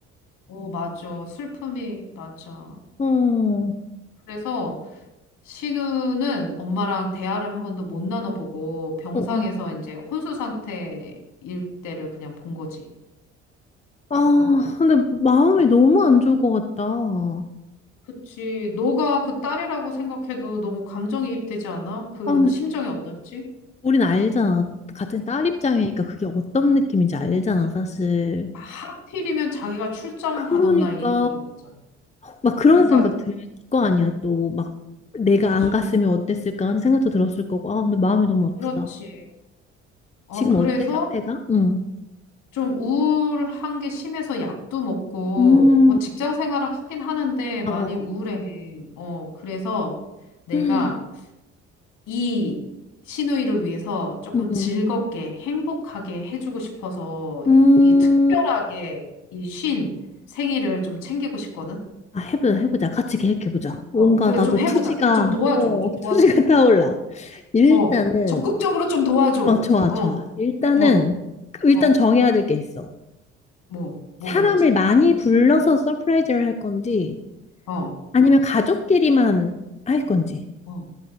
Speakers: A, on the left; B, on the left.
A: 어 맞아 슬픔이 맞아.
B: 어, 어,
A: 그래서 신우는 엄마랑 대화를 한 번도 못 나눠보고 병상에서
B: 어.
A: 이제 혼수 상태일 때를 그냥 본 거지.
B: 아,
A: 그러니까
B: 근데 마음이 너무 안 좋을 것 같다. 아,
A: 그치. 너가 그 딸이라고 생각해도 너무 감정이입되지 않아? 그
B: 근데
A: 심정이 어떨지?
B: 우린 알잖아. 같은 딸 입장이니까 그게 어떤 느낌인지 알잖아,
A: 그치.
B: 사실.
A: 하필이면 자기가 출장
B: 그러니까
A: 가던 날 일이 벌어졌잖아.
B: 막 그런
A: 그러니까,
B: 생각 들 거
A: 음,
B: 아니야 또 막 내가
A: 그치.
B: 안 갔으면 어땠을까 하는 생각도 들었을 거고 아 근데 마음이 너무 아프다
A: 그렇지. 어,
B: 지금
A: 그래서
B: 어때 상태가? 응.
A: 좀 우울한 게 심해서 약도 먹고,
B: 음.
A: 뭐 직장 생활을 하긴 하는데 많이
B: 아, 어.
A: 우울해.
B: 어.
A: 어, 그래서 내가
B: 음.
A: 이 시누이를 위해서 조금
B: 음.
A: 즐겁게 행복하게 해주고 싶어서 이,
B: 음.
A: 이 특별하게 이 쉰 생일을 좀 챙기고 싶거든.
B: 아 해보자 해보자 같이 계획해보자 뭔가
A: 어, 그래
B: 나도
A: 좀 해보자.
B: 투지가
A: 그래, 좀 도와줘.
B: 어
A: 좀 도와줘.
B: 투지가 <laughs> 타올라 일단은
A: 어, 적극적으로 좀 도와줘.
B: 어 좋아
A: 어,
B: 좋아 일단은
A: 어,
B: 그- 일단
A: 어.
B: 정해야 될 게 있어
A: 뭐, 뭐가
B: 사람을
A: 있지?
B: 많이 불러서 서프라이즈를 할 건지
A: 어,
B: 아니면 가족끼리만 할 건지.
A: 어.